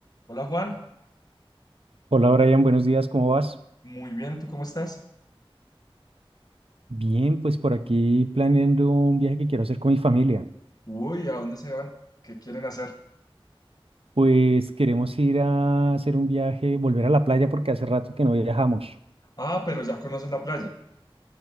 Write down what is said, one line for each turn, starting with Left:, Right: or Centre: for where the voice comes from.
Left: Hola Juan,
Right: Hola Brian, buenos días, ¿cómo vas?
Left: muy bien, ¿tú cómo estás?
Right: Bien, pues por aquí planeando un viaje que quiero hacer con mi familia.
Left: Uy, ¿a dónde se van? ¿Qué quieren hacer?
Right: Pues queremos ir a hacer un viaje, volver a la playa porque hace rato que no viajamos.
Left: Ah, pero ya conoces la playa.